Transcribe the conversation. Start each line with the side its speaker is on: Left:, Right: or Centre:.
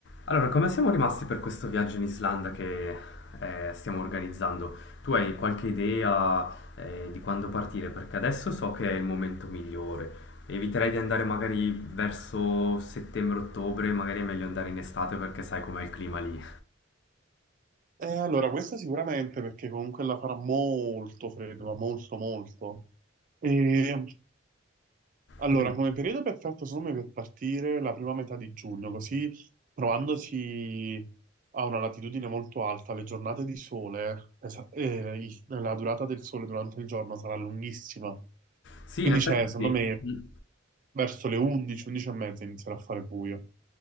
Left: Allora, come siamo rimasti per questo viaggio in Islanda che eh, stiamo organizzando? Tu hai qualche idea eh, di quando partire? Perché adesso so che è il momento migliore. Eviterei di andare magari verso settembre-ottobre, magari è meglio andare in estate perché sai com'è il clima lì.
Right: Eh, allora, questa sicuramente perché comunque la farà molto freddo, ma molto molto. E allora,
Left: <laughs>
Right: come periodo perfetto secondo me per partire la prima metà di giugno, così trovandosi a una latitudine molto alta, le giornate di sole, es- eh, i- la durata del sole durante il giorno sarà lunghissima.
Left: Sì,
Right: Quindi
Left: in effetti
Right: c'è, secondo
Left: sì.
Right: me,
Left: Mm.
Right: verso le 11, 11 e mezza inizierà a fare buio.